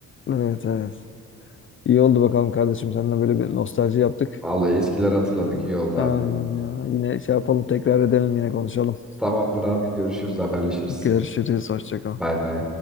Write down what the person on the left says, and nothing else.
Evet evet. İyi oldu bakalım kardeşim. Seninle böyle bir nostalji yaptık.
Evet.
Aynen ya. Yine şey yapalım tekrar edelim yine konuşalım.
Görüşürüz. Hoşça kal.